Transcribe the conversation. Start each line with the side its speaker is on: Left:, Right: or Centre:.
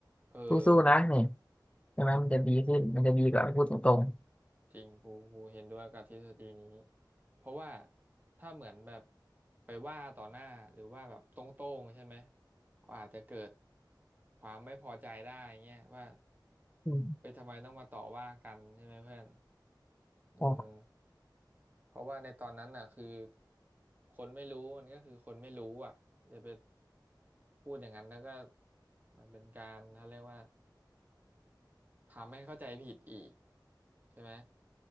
Right: เออ
Left: สู้ๆนะเนี่ย
Right: ว่ะ
Left: ใช่ไหมมันจะดีขึ้นมันจะดีกว่าพูดตรง
Right: จริงกูกูเห็นด้วยกับทฤษฎีนี้เพราะว่าถ้าเหมือนแบบไปว่าต่อหน้าหรือว่าแบบตรงๆใช่ไหมก็อาจจะเกิดความไม่พอใจได้เงี้ยว่า
Left: ๆอืม
Right: ไปทำไมต้องมาต่อว่ากันใช่ไหมเพื่อนเออ
Left: ก็
Right: เพราะว่าในตอนนั้นน่ะคือคนไม่รู้มันก็คือคนไม่รู้อ่ะจะไปพูดอย่างนั้นแล้วก็มันเป็นการเขาเรียกว่าทำให้เข้าใจผิดอีกใช่ไหม